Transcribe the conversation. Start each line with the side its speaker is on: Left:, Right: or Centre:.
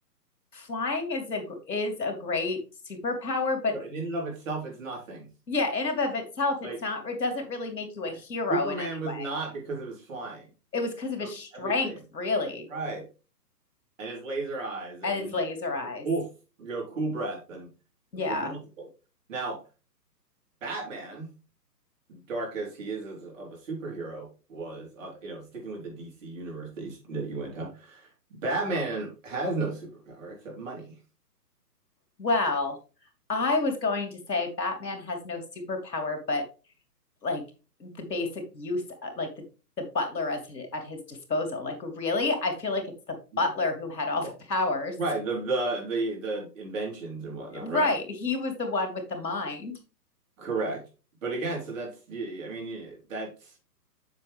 Left: flying is a gr- is a great superpower, but
Right: but in and of itself, it's nothing.
Left: yeah, in and of itself,
Right: Like
Left: it's not it doesn't really make you
Right: right.
Left: a hero
Right: Superman
Left: in any
Right: was
Left: way.
Right: not because of his flying.
Left: It was because of his
Right: So
Left: strength,
Right: everything.
Left: really,
Right: And, right. And his laser eyes
Left: and
Right: and
Left: his laser eyes.
Right: poof, you know, cool breath and
Left: Yeah.
Right: it was multiple. Now, Batman dark as he is as of a superhero was, uh, you know, sticking with the DC universe that you, that you went down, Batman has no superpower except money.
Left: Well, I was going to say Batman has no superpower, but like the basic use, uh, like the the butler as his, at his disposal. Like, really, I feel like it's the butler
Right: Right.
Left: who had all
Right: Well,
Left: the powers.
Right: right. The the the the inventions and whatnot.
Left: Right,
Right: Right.
Left: he was the one with the mind.
Right: Correct. But again, so that's I mean that's